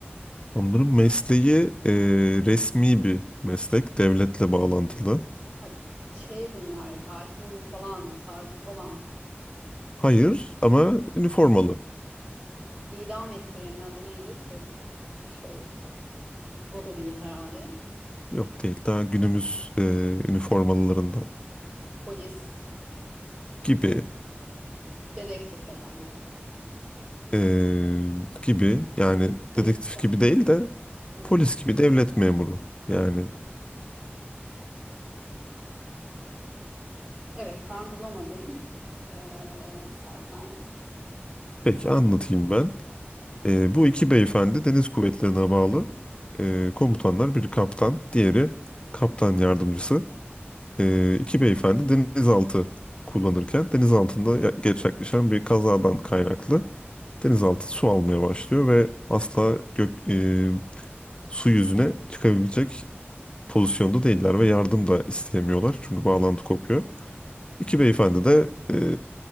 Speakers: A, on the left; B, on the right.
A: Adamların mesleği e, resmi bir meslek, devletle bağlantılı.
B: Ha, şey bunlar hakim falan savcı falan
A: Hayır ama üniformalı.
B: idam ettirenin adı neydi? Tel şey o da değil herhalde.
A: Yok değil daha günümüz e, üniformalılarından
B: Polis
A: gibi
B: dedektif herhalde bu.
A: e, gibi yani dedektif
B: FBI.
A: gibi değil de
B: Hı
A: polis
B: hı.
A: gibi devlet memuru. Yani
B: Evet ben bulamadım. Ee, istersen
A: peki anlatayım
B: Hı hı.
A: ben. E, bu iki beyefendi deniz kuvvetlerine bağlı e, komutanlar. Biri kaptan, diğeri kaptan yardımcısı. E, iki beyefendi denizaltı kullanırken denizaltında ya- gerçekleşen bir kazadan kaynaklı denizaltı su almaya başlıyor ve asla gök, e, su yüzüne çıkabilecek pozisyonda değiller ve yardım da isteyemiyorlar. Çünkü bağlantı kopuyor. İki beyefendi de e,